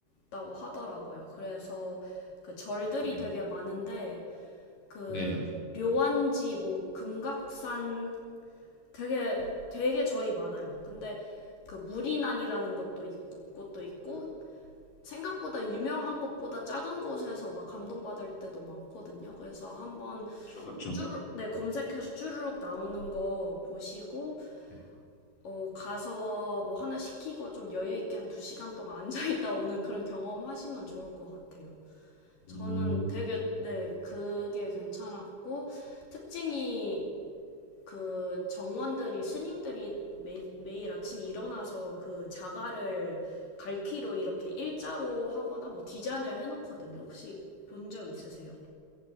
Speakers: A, on the left; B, on the left.
A: 있다고 하더라고요. 그래서 그 절들이
B: 네,
A: 되게 많은데 그
B: 네,
A: 료안지 뭐 금각산 되게 되게 절이 많아요. 근데 그 무리난이라는 것도 있고 곳도 있고 생각보다 유명한 것보다 작은 곳에서 막 감동받을 때도 많거든요. 그래서 한번
B: 그쵸, 그쵸,
A: 쭈르, 네, 검색해서 쭈르륵 나오는 거 보시고,
B: 네,
A: 어, 가서 뭐 하나 시키고 좀 여유 있게 한 두 시간 동안 <laughs> 앉아있다 오는 그런 경험 하시면 좋을 것 같아요.
B: 음,
A: 저는 되게, 네, 그게 괜찮았고, 특징이 그 정원들이, 스님들이 매, 매일 아침에 일어나서 그 자갈을 갈퀴로 이렇게 일자로 하거나 뭐 디자인을 해놓거든요. 혹시 본 적 있으세요?